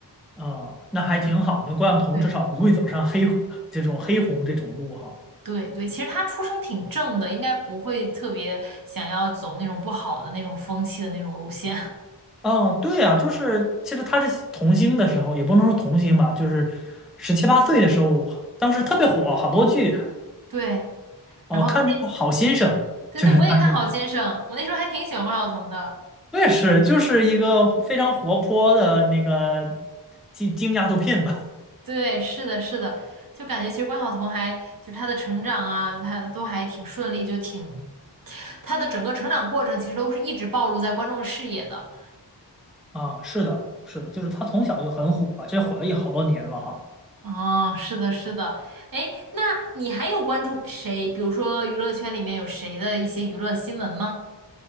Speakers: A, in the centre; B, on the right (about 50°).
A: 啊、那还挺好的那关晓彤至少不会走上黑
B: 对
A: <laughs> 这种黑红这种路哈。
B: 对对，其实她出身挺正的，应该不会特别想要走那种不好的那种风气的那种路线。<laughs>
A: 嗯，对啊，就是其实他是童星的时候，也不能说童星吧，就是十七八岁的时候，当时特别火，好多剧
B: 对，然后那
A: 哦，看那个《好先生》，
B: 对对，
A: 就是他演的，
B: 我也看好先生，我那时候还挺喜欢关晓彤的。
A: 我也是，就是一个非常活泼的那个京京丫头片子
B: 对，是的，是的，就感觉其实关晓彤还就是她的成长啊，她都还挺顺利，就挺她的整个成长过程其实都是一直暴露在观众视野的。
A: 啊，是的，是的，就是他从小就很火，这火了也好多年了哈。
B: 哦，是的，是的，哎，那你还有关注谁？比如说娱乐圈里面有谁的一些娱乐新闻吗？